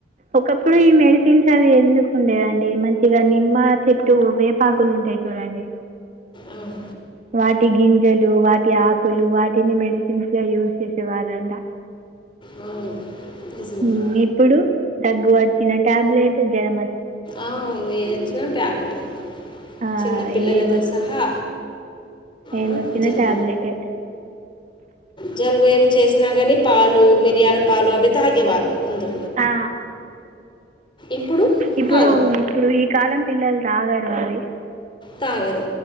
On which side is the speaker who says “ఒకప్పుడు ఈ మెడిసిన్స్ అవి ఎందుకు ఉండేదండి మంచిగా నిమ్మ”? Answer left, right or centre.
Right